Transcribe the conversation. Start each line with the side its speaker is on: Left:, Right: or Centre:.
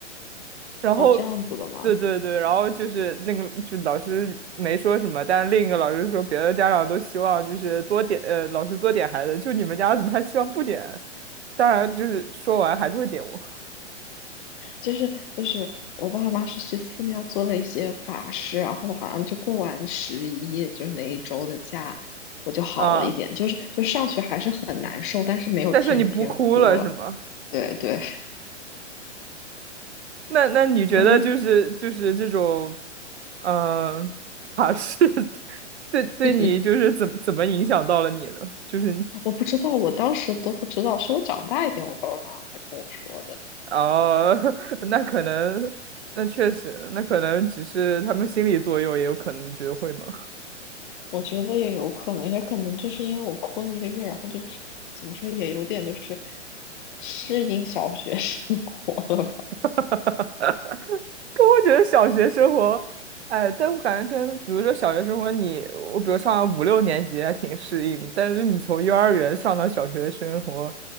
Left: <laughs>
Right: 然后，
Left: 哦，这样子的嘛。
Right: 对对对，然后就是那个，就老师没说什么，但是另一个老师说，别的家长都希望就是多点，呃，老师多点孩子，就你们家怎么还希望不点？当然，就是说完还是会点我
Left: 就是就是我爸妈是去寺庙做了一些法事，然后好像就过完十一，就是那一周的假，我就好了一点。
Right: 啊，
Left: 就是就上学还是很难受，但是没有天天哭了。
Right: 但是你不哭了是吗？
Left: 对对，
Right: 那那你觉得就是就是这种，
Left: 我就
Right: 嗯、法式 <laughs> 对对你就是怎么怎么影响到了你呢？
Left: <laughs>
Right: 就是
Left: 我不知道，我当时都不知道，是我长大一点，我爸爸妈妈才跟我说的。
Right: 哦，<laughs> 那可能，那确实，那可能只是他们心理作用，也有可能，你觉得会吗？
Left: 我觉得也有可能，也可能就是因为我哭了一个月，然后就是怎么说，也有点就是适应小学生活了
Right: <laughs> 哈哈哈可我觉得小学生活，哎，但我感觉跟比如说小学生活你，我比如上了五六年级还挺适应，但是你从幼儿园上到小学生活，